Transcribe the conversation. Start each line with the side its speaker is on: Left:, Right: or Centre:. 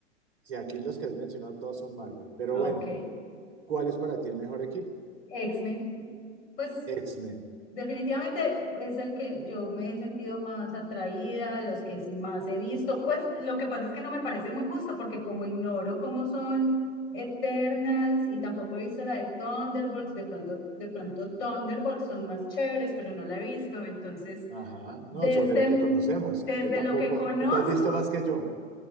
Right: si aquí los que has mencionado todos son Marvel, pero
Left: Ah,
Right: bueno,
Left: ok.
Right: ¿cuál es para ti el mejor equipo?
Left: X-Men, pues
Right: X-Men.
Left: Definitivamente es el que yo me he sentido más atraída, los que sí más he visto. Pues lo que pasa es que no me parece muy justo porque como ignoro cómo son Eternas y tampoco he visto la de Thunderbolts, de pronto, de pronto Thunderbolts son más chéveres, pero no la he visto. Entonces,
Right: Ajá.
Left: desde,
Right: No, sobre lo que conocemos.
Left: desde
Right: Yo tampoco.
Left: lo que conozco
Right: Tú has visto más que yo.